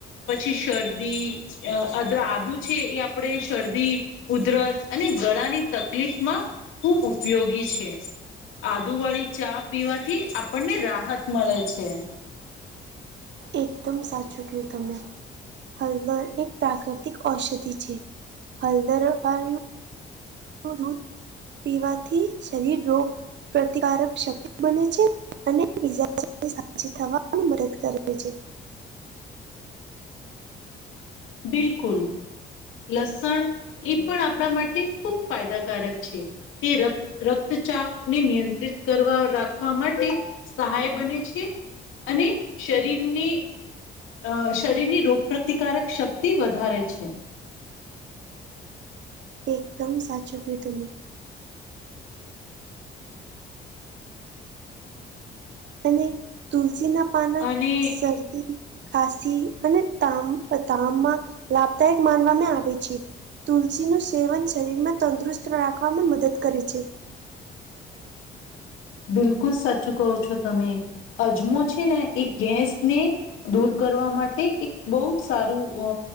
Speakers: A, on the left; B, on the right.
A: પછી શરદી આદુ છે, એ આપણે શરદી ઉધરસ અને ગળાની તકલીફમાં ખૂબ ઉપયોગી છે. આદુ વાળી ચા પીવાથી આપણને રાહત મળે છે.
B: એકદમ સાચું કું તમે. હલદર એક પ્રાકૃતિક ઔષધિ છે. હલદર વાળુ દૂધ પીવાથી શરીર રોગ પ્રતિકારક શક્તિ બને છે અને બીજા હાજી થવા પણ મદદ કરે છે.
A: બિલકુલ. લસણ એ પણ આપણા માટે ખૂબ ફાયદાકારક છે. તે રત રક્તચાપ ને નિયંત્રિત કરવા રાખવા માટે સહાય બને છે અને શરીરને અ શરીરની રોગપ્રતિકારક શક્તિ વધારે છે.
B: એકદમ સાચું કી તમે. અને તુલસીના પાના,
A: અને
B: શરદી ખાસી અને તામ તામમાં લાભદાયક માનવામાં આવે છે. તુલસીનું સેવન શરીરમાં તંદુરસ્ત રાખવામાં મદદ કરે છે.
A: બિલકુલ સાચુ કહો છો તમે અજમો છે ને એ ગેસને દૂર કરવા માટે એક બહુ જ સારું અ